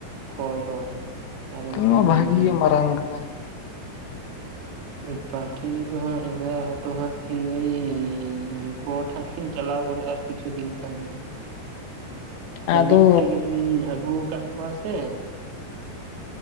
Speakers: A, on the right; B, on the left.
A: ᱦᱚᱭ ᱦᱚᱭ ᱟᱨ
B: ᱛᱟᱦᱚᱞᱮ
A: ᱩᱱᱠᱤᱱ
B: ᱢᱟ
A: ᱩᱸᱻᱼᱼ
B: ᱵᱷᱟᱜᱤ ᱜᱮ ᱢᱟᱨᱟᱝ ᱠᱟᱱᱟᱭ᱾
A: ᱚ ᱯᱟᱴᱷᱤ ᱫᱚ ᱦᱟᱸᱜ ᱮᱸᱜᱟ ᱛᱚ ᱦᱟᱸᱜ ᱠᱤᱱ ᱟᱹᱭᱤᱼᱼ ᱩᱸ ᱜᱚᱴ ᱦᱟᱜ ᱠᱤᱱ ᱪᱟᱞᱟᱣ ᱜᱚᱫᱚᱜ- ᱟ ᱟᱨ ᱠᱤᱪᱷᱩ ᱫᱤᱱ ᱠᱷᱟᱱ ᱜᱮ ᱦᱟᱸᱜ᱾
B: ᱟᱫᱚ
A: ᱟ ᱢᱤᱫ ᱛᱮᱜᱮ ᱞᱤᱧ ᱟᱜᱩᱣ ᱠᱟᱜ ᱠᱚᱣᱟ ᱥᱮ᱾